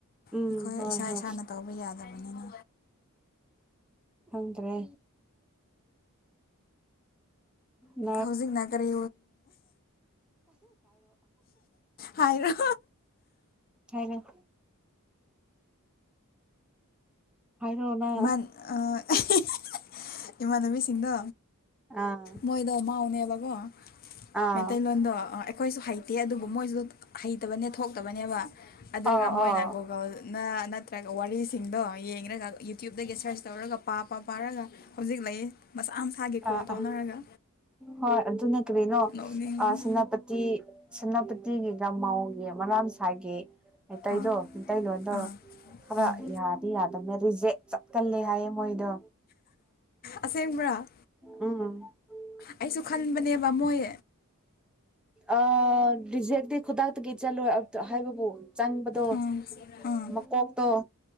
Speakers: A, in the centre; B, on the left.
A: ꯎꯝ
B: ꯑꯩꯈꯣꯏ
A: ꯍꯣꯏ
B: ꯏꯁꯥ
A: ꯍꯣꯏ
B: ꯏꯁꯥꯅ ꯇꯧꯕ ꯌꯥꯗꯕꯅꯤꯅ
A: ꯈꯪꯗ꯭ꯔꯦ <inaudible>
B: ꯍꯧꯖꯤꯛꯅ ꯀꯔꯤ ꯍꯥꯏꯔꯣ
A: <unintelligible> ꯍꯥꯏꯔꯣ ꯅꯪ
B: <unintelligible> ꯏꯃꯥꯟꯅꯕꯤꯁꯤꯡꯗꯣ
A: ꯑꯥ
B: ꯃꯣꯏꯗꯣ ꯃꯥꯎ ꯅꯦ ꯂꯥ ꯒꯣ
A: ꯑꯥ
B: ꯃꯩꯇꯩꯅꯣꯟꯗꯣ ꯑꯩꯈꯣꯏꯁꯨ ꯍꯩꯇꯦ ꯑꯗꯨꯕꯨ ꯃꯣꯏꯁꯨ ꯍꯩꯇꯕꯅꯦ ꯊꯣꯛꯇꯕꯅꯦꯕ ꯑꯗꯨꯒ
A: ꯑꯥ
B: ꯃꯣꯏꯅ
A: ꯑꯥ
B: ꯒꯣꯒꯜꯅ ꯅꯠꯇ꯭ꯔꯒ ꯋꯥꯔꯤꯁꯤꯡꯗꯣ ꯌꯦꯡꯂꯒ ꯏ ꯗꯒꯤ ꯁꯔꯁ ꯇꯧꯔꯒ ꯄꯥ ꯄꯥꯔꯥꯡꯒ ꯍꯧꯖꯤꯛ ꯂꯩ ꯃꯁꯥ ꯃꯁꯥꯒꯤ ꯀꯣꯜ
A: ꯑꯥ
B: ꯇꯧꯅꯔꯒ
A: ꯑꯥ ꯍꯣꯏ ꯑꯗꯨꯅ ꯀꯔꯤꯅꯣ
B: ꯅꯣꯛꯅꯤꯡꯕꯅ
A: ꯑꯥ ꯁꯦꯅꯥꯄꯇꯤ ꯁꯦꯅꯥꯄꯇꯤꯒꯤ ꯒꯃꯎꯒꯤ ꯃꯅꯥꯁꯥꯒꯤ ꯃꯩꯇꯩꯗꯣ
B: ꯑꯥ
A: ꯃꯤꯇꯩꯩꯇꯩꯂꯣꯟꯗ
B: ꯑꯥ
A: ꯈꯔ
B: ꯎꯝ
A: ꯌꯥꯗꯤ ꯌꯥꯗ ꯑꯗꯨꯅ ꯔꯤꯖꯦꯛ ꯆꯠꯀꯜꯂꯦ ꯍꯥꯏꯌꯦ ꯃꯣꯏꯗꯣ
B: ꯑꯁꯦꯡꯕ꯭ꯔꯥ
A: ꯎ
B: ꯑꯩꯁꯨ ꯈꯟꯕꯅꯦꯕ ꯃꯣꯏ
A: ꯑ ꯗꯤꯖꯦꯛꯛꯇ ꯈꯨꯗꯥꯛꯇꯒꯤ ꯆꯠꯂꯣꯏ ꯍꯥꯏꯕꯕꯨ ꯆꯪꯕꯗꯣ
B: ꯎꯝ ꯎꯝ
A: ꯃꯀꯣꯛꯇꯣ